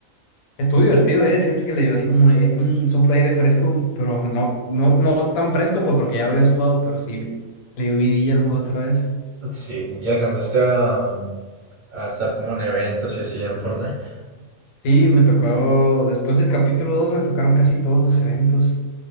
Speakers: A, on the left; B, on the right.
A: Estuvo divertido, ¿eh? Siento que le dio así como un, un soplo de aire fresco, pero no, no, no tan fresco, pues porque ya lo habías jugado, pero sí, le dio vidilla al juego otra vez.
B: Sí, ¿y alcanzaste a, a estar como en eventos y así en Fortnite?
A: Sí, me tocó, después del capítulo 2 me tocaron casi todos los eventos